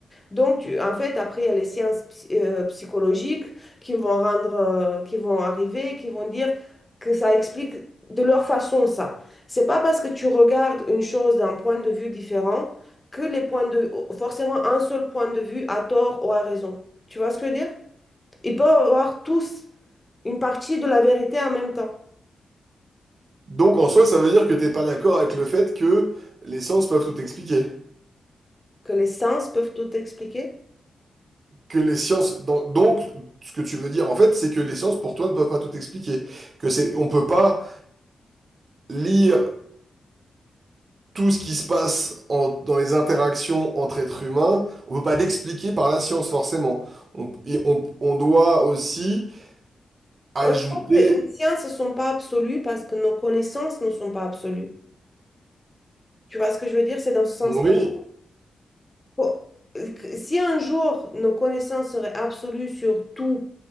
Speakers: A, on the left (about 15°); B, on the right (about 40°).
A: Donc, tu- en fait, après, il y a les sciences psy- euh, psychologiques qui vont rendre, euh, qui vont arriver, qui vont dire que ça explique de leur façon ça. C'est pas parce que tu regardes une chose d'un point de vue différent que les points de, forcément un seul point de vue a tort ou a raison. Tu vois ce que je veux dire? Ils peuvent avoir tous une partie de la vérité en même temps,
B: Donc en soi, ça veut dire que t'es pas d'accord avec le fait que les sciences peuvent tout expliquer.
A: que les sens peuvent tout expliquer.
B: Que les sciences, dans- donc ce que tu veux dire en fait, c'est que les sciences pour toi ne peuvent pas tout expliquer. Que c'est, on peut pas lire tout ce qui se passe en- dans les interactions entre êtres humains. On peut pas l'expliquer par la science forcément. On, et on, on doit aussi ajouter,
A: Moi, je pense que les sciences ne sont pas absolues parce que nos connaissances ne sont pas absolues. Tu vois ce que je veux dire? C'est dans ce sens-là.
B: oui.
A: Faut- Si un jour nos connaissances seraient absolues sur tout